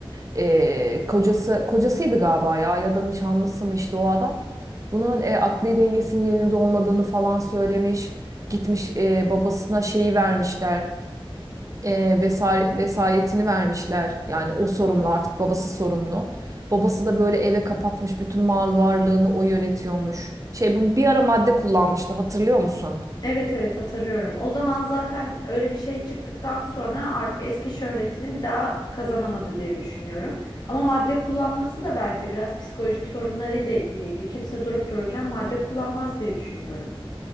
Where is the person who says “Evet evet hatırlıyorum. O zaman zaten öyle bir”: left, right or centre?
Left